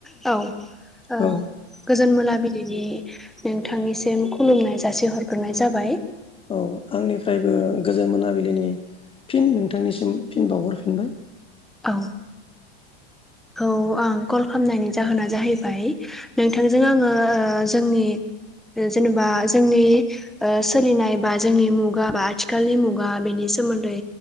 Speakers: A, in the centre; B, on the left.
A: औ ओ
B: औ
A: गोजोन मोनाबिलिनि नोंथांनिसिम खुलुमनाय जासिहरग्रोनाय जाबाय।
B: औ आंनिफ्रायबो गोजोन मोनाबिलिनि फिन नोंथांनिसिम फिन बावहरफिनबाय।
A: औ खौ आं कल खालामनायनि जाहोना जाहैबाय नोंथांजों आङो ओ जोंनि जेनेबा जोंनि ओ सोलिनाय बा जोंनि मुगा बा आथिखालनि मुगा बेनि सोमोन्दै